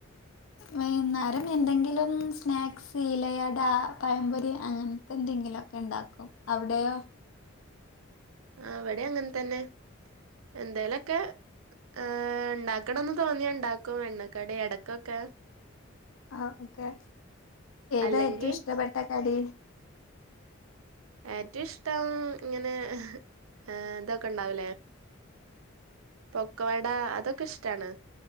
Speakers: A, on the left; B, on the right.
A: വൈന്നാരം എന്തെങ്കിലും സ്നാക്സ് ഇലയട പയംപൊരി അങ്ങെൻ ത്തെന്തെങ്കിലോക്കെണ്ടാക്കും അവിടെയോ
B: ആഹ് വിടെ അങ്ങൻതന്നെ എന്തോലൊക്കെ ആഹ് ണ്ടാക്കണംന്ന് തോന്നിയ ണ്ടാക്കും എണ്ണക്കടി എടക്കൊക്കെ
A: ആഹ് ഒക്കെ ഏതാ
B: അല്ലെങ്കി
A: ഏറ്റം ഇഷ്ടപ്പെട്ട കടി
B: ഏറ്റഷ്ടം ഇങ്ങനെ ഏഹ് തൊക്കെ ണ്ടാവുലേ പൊക്കവട അതൊക്കെഷ്ടാണ്